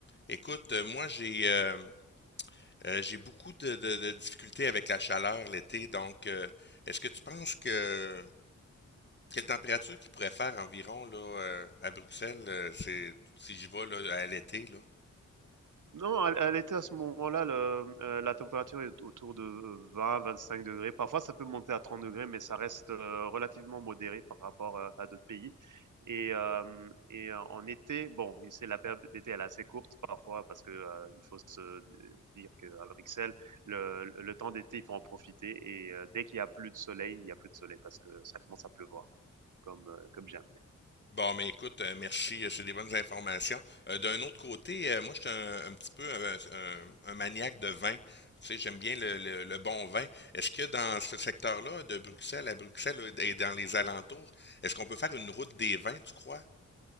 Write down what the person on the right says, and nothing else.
Non, elle, elle était à ce moment-là, le- euh, la température est autour de 20-25 degrés. Parfois, ça peut monter à 30 degrés, mais ça reste euh, relativement modéré par rapport euh, à d'autres pays. Et, euh, et euh, en été, bon, c'est la période d'été, elle est assez courte parfois parce que euh, il faut se euh, dire qu'à Bruxelles, le, le temps d'été, il faut en profiter. Et euh, dès qu'il y a plus de soleil, il y a plus de soleil parce que ça commence à pleuvoir, comme, euh, comme jamais.